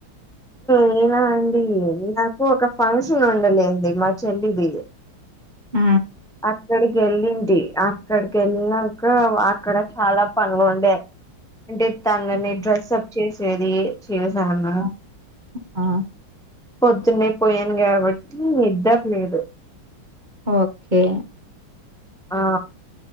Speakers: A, in the centre; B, on the right.
A: నేనా అండి నాకు ఒక ఫంక్షన్ ఉండలేండి మా చెల్లిది
B: ఊ
A: అక్కడికి ఎళ్ళింటి అక్కడికి వెళ్ళినాక అక్కడ చాలా పనులు ఉండే అంటే తనని
B: హ్మ్
A: డ్రెస్ అప్ చేసేది చేసాన
B: ఆ ఆ
A: పొద్దున్నే పోయాను కాబట్టి నిద్దర లేదు
B: ఓకే
A: ఆ